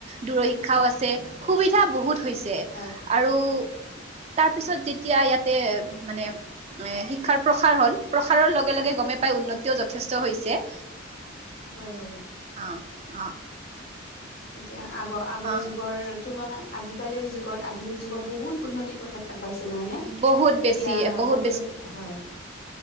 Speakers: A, on the right (about 30°); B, on the left (about 55°).
A: দূৰ শিক্ষাও আছে।
B: হয়
A: সুবিধা বহুত হৈছে,
B: হয়
A: আৰু - তাৰ
B: হয়
A: পিছত যেতিয়া ইয়াতে মানে - এ শিক্ষাৰ প্ৰসাৰ হল প্ৰসাৰৰ লগে লগে গমে পাই উন্নতিও যথেষ্ট হৈছে -
B: হয় হয়।
A: অ অ।
B: এতিয়া আগৰ আগৰ
A: অ
B: যুগৰ তুলনাত আজিকালিৰ যুগত আধুনিক যুগত বহুত - উন্নতি পথত আগবাঢ়িছে নহয় নে?
A: বহুত বেছি
B: এতিয়া
A: বহুত
B: ক'বলৈ গলে হয় -